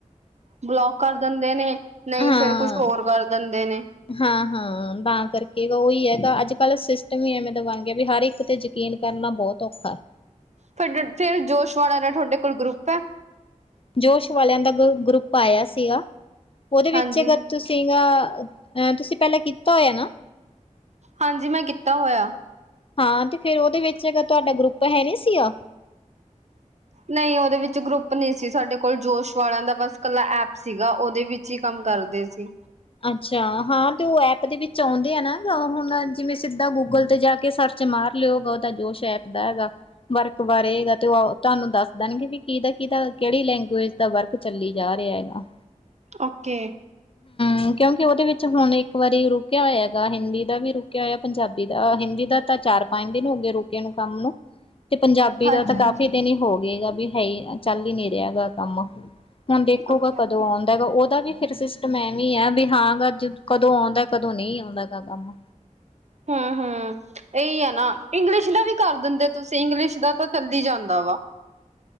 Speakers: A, on the right (about 60°); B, on the left (about 45°).
A: ਬਲੋਕ ਕਰ ਦੰਦੇ ਨੇ, ਨਈ
B: ਹਾਂ
A: ਫੇਰ ਕੁਛ ਹੋਰ ਕਰ ਦੰਦੇ ਨੇ।
B: ਹਾਂ-ਹਾਂ, ਤਾਂ ਕਰਕੇ ਗਾ ਓਈ ਐਗਾ ਅੱਜ ਕੱਲ ਸਿਸਟਮ ਈ ਐਵੇਂ ਦਾ ਬਣ ਗੇਆ ਵੀ ਹਰ ਇੱਕ ਤੇ ਜ ਕੀਨ ਕਰਨਾ ਬੋਤ ਔਖਾ।
A: ਫਿਰ ਡਿੱਠੇ ਜੋਸ਼ਵਾਣਾ ਦਾ ਥੋਢੇ ਕੋਲ ਗਰੁੱਪ ਐ?
B: ਜੋਸ਼ ਵਾਲੇਆਂ ਦਾ ਗ, ਗਰੁੱਪ ਆਏਆ ਸੀਆ, ਓਦੇ ਵਿੱਚ
A: ਹਾਂਜੀ
B: ਅਗਰ ਤੁਸੀਂ ਨਾ ਐ ਤੁਸੀਂ ਪੈਲਾਂ ਕੀਤਾ ਹੋਏਐ ਨਾ?
A: ਹਾਂਜੀ ਮੈਂ ਕੀਤਾ ਹੋਏ ਆ।
B: ਹਾਂ ਤੇ ਫੇਰ ਓਦੇ ਵਿੱਚ ਗਾ ਤੁਆਡਾ ਗਰੁੱਪ ਹੈ ਨੀ ਸੀ ਆ?
A: ਨਈ ਓਦੇ ਵਿੱਚ ਗਰੁੱਪ ਨੀ ਸੀ ਸਾਡੇ ਕੋਲ ਜੋਸ਼ ਵਾਲੇਆਂ ਦਾ ਬਸ ਕੱਲਾ ਐਪ ਸੀਗਾ ਓਦੇ ਵਿੱ ਚ ਈ ਕੰਮ ਕਰਦੇ ਸੀ।
B: ਅੱਛਾ, ਹਾਂ ਤੇ ਓ ਐਪ ਦੇ ਵਿੱਚ ਔਂਦੇ ਆ ਨਾ ਗ ਹੁਣ ਜਿਵੇਂ ਸਿੱਧਾ ਗੂਗਲ ਤੇ ਜਾ ਕੇ ਸਰ -ਚ ਮਾਰ ਲੇਓ ਗ, ਓਦਾ ਜੋਸ਼ ਐਪ ਬੈਗ ਆ। ਵਰਕ ਬਾਰੇ ਗਾ ਤੇ ਓ ਤਾਨੂੰ ਦੱਸ ਦਣਗੇ ਵੀ ਕਿਦਾ- ਕਿਦਾ ਕੇੜੀ ਲੈਂਗੁਏਜ ਦਾ ਵਰਕ ਚੱਲੀ ਜਾ ਰੇ ਐਗਾ।
A: ਓਕੇ
B: ਹੂੰ ਕਿਉਂਕਿ ਓਦੇ ਵਿੱਚ ਹੁਣ ਇਕ ਵਾਰੀ ਰੁਕਿਆ ਹੋਇਆ ਗਾ ਹਿੰਦੀ ਦਾ ਵੀ ਰੁਕਿਆ ਹੋਇਆ ਪੰਜਾਬੀ ਦਾ ਹਿੰਦੀ ਦਾ ਤਾਂ ਚਾਰ- ਪੰਜ ਦਿਨ ਹੋ ਗਏ ਰੁਕੇ ਨੂੰ ਕੰਮ ਨੂੰ ਤੇ ਪੰਜਾਬੀ
A: ਹਾਂਜੀ
B: ਦਾ ਤਾਂ
A: ਹਾਂਜੀ
B: ਕਾਫ਼ੀ ਦਿਨ ਹੀ ਹੋ ਗਏ ਬੀ ਹੈ ਚੱਲ ਈ ਨਈ ਰਿਹਾ ਕੰਮ। ਹੁਣ ਦੇਖੋ
A: ਓਕੇ
B: ਗਾ ਕਦੋਂ
A: ਓਕੇ
B: ਆਉਂਦਾ ਹੈਗਾ ਉਹਦਾ ਵੀ ਫਿਰ ਸਿਸ ਮ, ਏਵੀ ਆ ਵੀ ਹਾਂ ਗ ਕਦੋਂ ਆਉਂਦਾ ਕਦੋਂ ਨਹੀਂ ਆਦਾ ਗਾ ਕੰਮ।
A: ਹੂੰ ਹੂੰ ਇਹੀ ਐ ਨਾ ਇੰਗਲਿਸ਼ ਦਾ ਵੀ ਕਰ ਦਿੰਦੇ ਤੇ ਤੁਸੀਂ ਇੰਗਲਿਸ਼ ਦਾ ਤਾਂ ਚੱਲਦੀ ਜਾਂਦਾ ਵਾ।